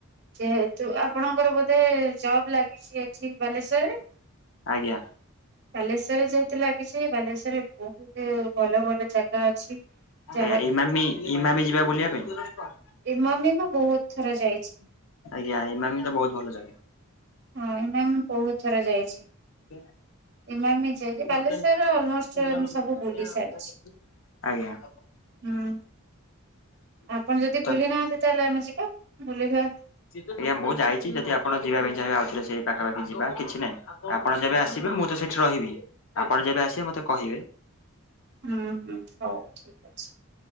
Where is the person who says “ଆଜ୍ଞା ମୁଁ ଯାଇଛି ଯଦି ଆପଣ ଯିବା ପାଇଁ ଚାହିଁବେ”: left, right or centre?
Left